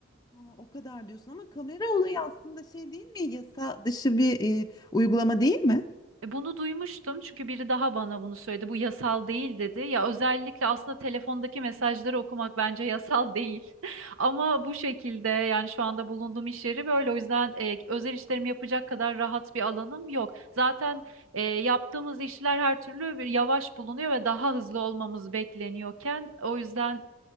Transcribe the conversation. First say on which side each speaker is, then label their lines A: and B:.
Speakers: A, on the left; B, on the right.
A: Aa, o kadar diyorsun ama kamera olayı aslında şey değil mi? Yasa dışı bir e, uygulama değil mi?
B: E, Bunu duymuştum çünkü biri daha bana bunu söyledi. Bu yasal değil dedi. Ya özellikle aslında telefondaki mesajları okumak bence yasal değil. <laughs> Ama bu şekilde yani şu anda bulunduğum iş yeri böyle. O yüzden e, özel işlerimi yapacak kadar rahat bir alanım yok. Zaten e, yaptığımız işler her türlü bir yavaş bulunuyor ve daha hızlı olmamız bekleniyorken o yüzden